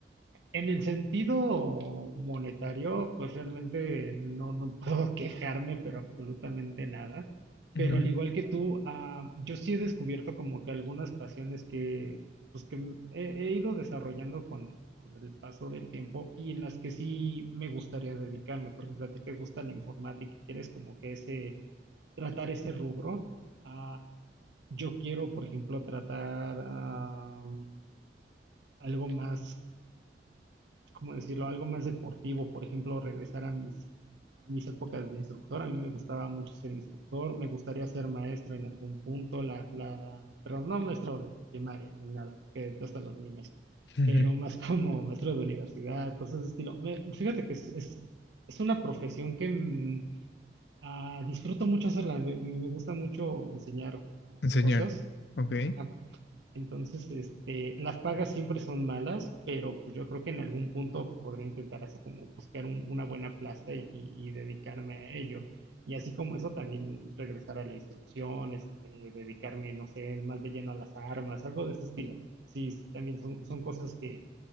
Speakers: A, on the right; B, on the left.
A: en el sentido monetario, pues realmente no, no puedo <laughs> quejarme, pero absolutamente nada.
B: Ujú,
A: Pero al igual que tú, am, yo sí he descubierto como que algunas pasiones que, pues que m- he, he ido desarrollando con, con el paso del tiempo y en las que sí me gustaría dedicarme. Por ejemplo, a ti te gusta la informática y quieres como que ese tratar ese rubro. Ah, yo quiero, por ejemplo, tratar ah, algo más, ¿cómo decirlo? Algo más deportivo, por ejemplo, regresar a mis, a mis épocas de instructor. A mí me gustaba mucho ser instructor, me gustaría ser maestro en algún punto, la, la, pero no maestro de primaria ni nada, porque detesto a los niños,
B: ujú.
A: pero más <laughs> como maestro de universidad, cosas de estilo. Me- fíjate que es, es, es una profesión que mm, Ah, disfruto mucho hacerla, me, me- me gusta mucho enseñar ah,
B: Enseñar.
A: cosas.
B: Ok.
A: Ajá. Entonces, este, las pagas siempre son malas, pero pues, yo creo que en algún punto podré intentar así como buscar un- una buena plaza y, y- y dedicarme a ello. Y así como eso, también regresar a la instrucción, este, dedicarme, no sé, más de lleno a las armas, algo de ese estilo. Sí, s- también son, son cosas que,